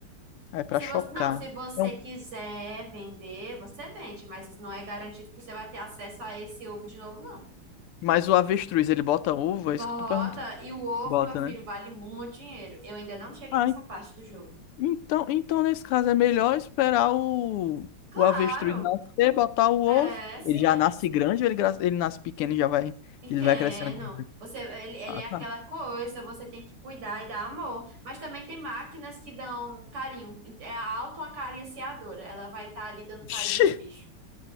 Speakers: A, on the left; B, on the right.
A: Ah, É pra
B: Se
A: chocar.
B: você, não, se você
A: É um
B: quiser vender, você vende, mas não é garantido que você vai ter acesso a esse ovo de novo, não.
A: Mas o avestruz, ele bota ovo? É
B: Bota,
A: isso que tu perguntou.
B: e o ovo,
A: Bota,
B: meu filho,
A: né?
B: vale muito dinheiro. Eu ainda não cheguei
A: Ah,
B: nessa
A: en-
B: parte do jogo.
A: então, então nesse caso é melhor esperar o,
B: Claro,
A: o avestruz nascer, botar o ovo.
B: é, sim,
A: Ele já nasce grande ou ele, gra- ele nasce pequeno e já vai.
B: pequeno.
A: Ele vai crescendo.
B: Você, ele, ele
A: Ah,
B: é
A: tá.
B: aquela coisa, você tem que cuidar e dar amor. Mas também tem máquinas que dão carinho. É a autoacariciadora, ela vai estar ali dando
A: Vixe!
B: carinho nos bichos.